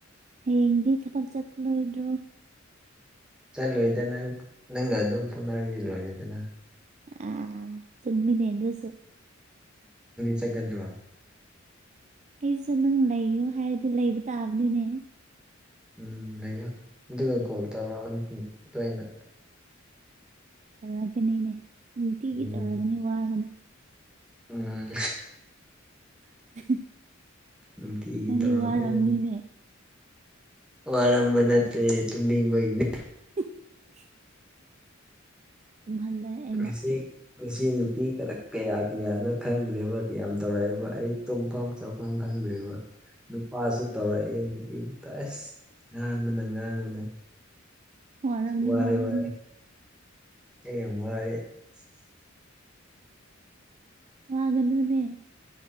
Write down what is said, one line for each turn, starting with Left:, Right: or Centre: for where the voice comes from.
Right: ꯍꯌꯦꯡꯗꯤ ꯊꯕꯛ ꯆꯠꯂꯣꯏꯗ꯭ꯔꯑꯣ
Centre: ꯆꯠꯂꯣꯏꯗꯅꯪ ꯅꯪꯒ ꯑꯗꯨꯝ ꯐꯣꯠꯅꯔꯁꯤꯜꯂꯣꯏꯁꯤꯗꯅ
Right: ꯑ ꯆꯨꯝꯃꯤꯅꯤꯁꯨ
Centre: ꯆꯠꯀꯗ꯭ꯔ‌ꯣ
Right: ꯑꯩꯁꯨ ꯅꯪ ꯂꯩꯌꯨ ꯍꯥꯏꯔꯗꯤ ꯂꯩꯕ ꯇꯥꯕꯅꯤꯅꯦ
Centre: ꯎꯝ ꯑꯗꯨꯒ ꯀꯣꯜ ꯇꯧꯔꯛꯑꯣ ꯇ‌ꯣꯏꯅ
Right: ꯇꯧꯔꯒꯅꯤꯅꯦ ꯅꯨꯡꯇꯤꯒꯤ
Centre: ꯎꯝ
Right: ꯇꯧꯔꯒꯅꯤ ꯋꯥꯒꯅ‌ꯣ
Centre: ꯎꯝ
Right: <inaudible>
Centre: ꯅꯨꯡꯇꯤꯒꯤ
Right: ꯅꯪꯗꯤ
Centre: ꯇꯧꯔꯛꯑꯣ
Right: ꯋꯥꯔꯝꯅꯤꯅꯦ
Centre: ꯋꯥꯔꯝꯕ ꯅꯠꯇꯦ ꯇꯨꯝꯅꯤꯡꯕꯒꯤꯅꯦ
Right: <inaudible> ꯇꯝꯍꯜꯂ‌ꯦ ꯑꯩꯅ
Centre: ꯉꯁꯤ ꯉꯁꯤ ꯅꯨꯄꯤ ꯀꯔꯛ ꯀꯌꯥ ꯀꯌꯥꯅ ꯈꯟꯈ꯭ꯔꯦꯕ ꯀꯌꯥꯝ ꯇꯧꯔꯛꯑꯦꯕ ꯑꯩ ꯇꯨꯝꯐꯝ ꯆꯥꯐꯝ ꯈꯪ ꯪꯗ꯭ꯔ‌ꯦꯕ ꯅꯨꯄꯥꯁꯨ ꯇꯧꯔꯛꯑꯦ ꯅꯨꯄꯤꯁꯨ ꯇ ꯑꯁ ꯉꯥꯡꯕꯅ ꯉꯥꯡꯕꯅ
Right: ꯋꯥꯔꯝꯅꯤ
Centre: ꯋꯥꯔꯦ
Right: ꯋꯥꯔꯝꯅꯤ
Centre: ꯋꯥꯔꯦ ꯑꯩ ꯌꯥꯝ ꯋꯥꯔꯦ
Right: ꯋꯥꯒꯅꯣꯅꯦ